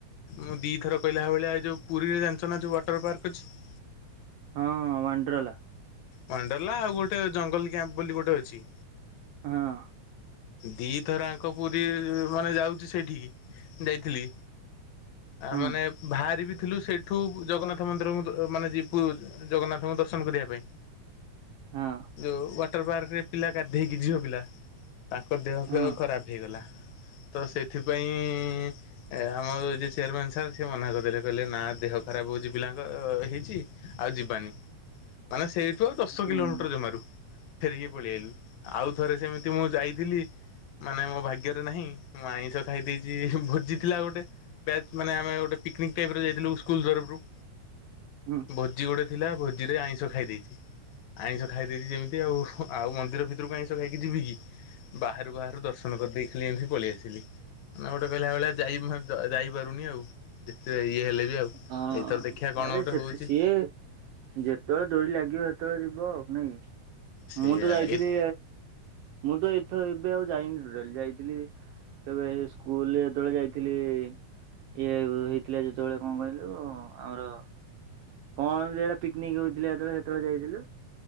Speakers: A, on the left; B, on the right.
A: ମୁଁ ଦିଥର କହିଲା ଭଳିଆ ଯୋଉ ପୁରୀରେ ଜାଣିଛ ନା ଯୋଉ ୱାଟର ପାର୍କ ଅଛି।
B: ହଁ ୱାଣ୍ଡ୍ରଲା।
A: ୱାଣ୍ଡ୍ରଲା ଆଉ ଗୋଟେ ଜଙ୍ଗଲ କ୍ୟାମ୍ପ ବୋଲି ଗୋଟେ ଅଛି।
B: ହଁ।
A: ଦି ଥର ଆଙ୍କ ପୁରୀ ମାନେ ଯାଉଛି ସେଇଠିକି ଯାଇଥିଲି। ଆ
B: ହୁଁ।
A: ମାନେ ବାହାରି ବିି ଥିଲୁ ସେଇଠୁ ଜଗନ୍ନାଥ ମନ୍ଦିରଙ୍କୁ ମାନେ ଯିବୁ ଜଗନ୍ନାଥଙ୍କୁ ଦର୍ଶନ କରିବା ପାଇଁ।
B: ହଁ
A: ଯୋଉ ୱାଟର ପାର୍କରେ ପିଲା ଗାଧେଇକି ଝିଅ ପିଲା। ତାଙ୍କ ଦେହ ଫେହ
B: ହଁ
A: ଖରାପ ହେଇଗଲା ତ ସେଥିପାଇଁ ଏ ଆମର ଜେ ଚେୟାରମାନ ସାର୍ ସେ ମନା କରିଦେଲେ କହିଲେ ନା ଦେହ ଖରାପ ହଉଛି ପିଲାଙ୍କ ହେଇଛି ଆଉ ଯିବାନି। ମାନେ ସେଇ ଠୁ ଆଉ ଦଶ
B: ହଁ
A: କିଲୋମିଟର ଜମାରୁ ଫେରିକି ପଳେଇ ଆଇଲୁ। ଆଉ ଥରେ ସେମିତି ମୁଁ ଯାଇଥିଲି। ମାନେ ମୋ ଭାଗ୍ୟରେ ନାହିଁ ମୁଁ ଆଇଁଷ ଖାଇ ଦେଇଛି ଭୋଜି ଥିଲା ଗୋଟେ। ମାନେ ଆମେ ଗୋଟେ ପିକନିକ୍ ଯାଇଥିଲୁ ସ୍କୁଲ ତରଫରୁ।
B: ହଁ।
A: ଭୋଜି ଗୋଟେ ଥିଲା ଭୋଜିରେ ଆଇଁଷ ଖାଇ ଦେଇଛି। ଆଇଁଷ ଖାଇ ଦେଇଛି ଯେମିତି ଆଉ ଆଉ ମନ୍ଦିର ଭିତରକୁ ଆଇଁଷ ଖାଇକି ଯିବି କି। ବାହାରୁ ବାହାରୁ ଦର୍ଶନ କରିଦେଇ ଖାଲି ଏମିତି ପଳେଇ ଆସିଲି। ନା ଗୋଟେ କହିଲା ଭଳିଆ ଯାଇ ଯାଇପାରୁନି ଆଉ ଯେତେ ଇଏ ହେଲେ ବି। ଆଉ।
B: ହଁ
A: ଏଇଥର ଦେଖିବା କଣ
B: ଆରେ
A: ଗୋଟେ
B: ସେତ
A: ହଉଛି
B: ସିଏ। ଯେତେବେଳେ ଡୋରି ଲାଗିବ ସେତେବେଳେ ଯିବ ଆଉ ନାଇଁ କି?
A: ସେଇଆ
B: ମୁଁ ତ ଯାଇଥିଲି।
A: ଏଇ
B: ମୁଁ ତ ଏଥର ଏବେ ଆଉ ଯାଇନି ଟୋଟାଲି ଯାଇଥିଲି। କେବେ ସ୍କୁଲ ଯେତେବେଳେ ଯାଇଥିଲି ଇଏ ହେଇଥିଲା ଯେତେବେଳେ। ମବାଇଲୁ ଆମର। କଣ ଯେଟା ପିକନିକ ହଉଥିଲା ଯେତେବେଳେ ସେତେବେଳେ ଯାଇଥିଲୁ